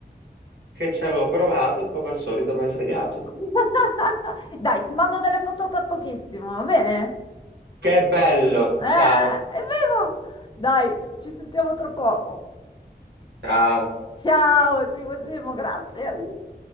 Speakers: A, on the right; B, on the left.
A: Che ci avevo provato e come al solito mi hai fregato.
B: <laughs> Dai, ti mando delle foto tra pochissimo, va bene?
A: Che bello!
B: Eh,
A: Ciao,
B: è vivo! Dai, ci sentiamo tra poco.
A: ciao.
B: Ciao, Simo, Simo, grazie. Uh.